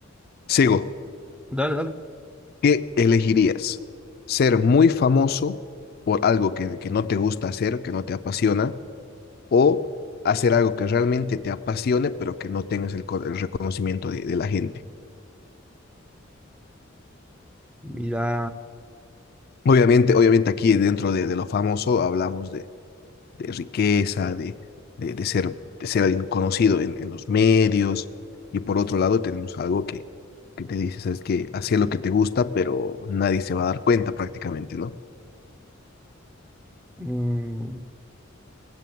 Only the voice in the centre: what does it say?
dale, dale.
Mira,
mm,